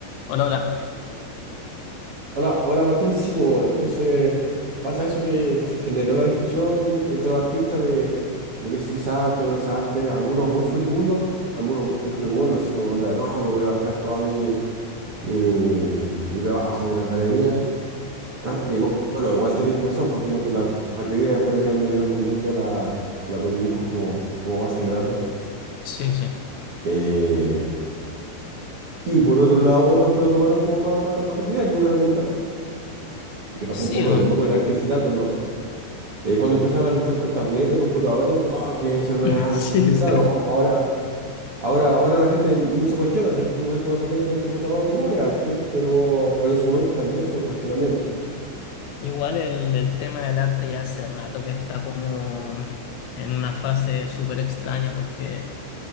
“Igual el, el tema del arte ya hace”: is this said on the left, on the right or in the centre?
Left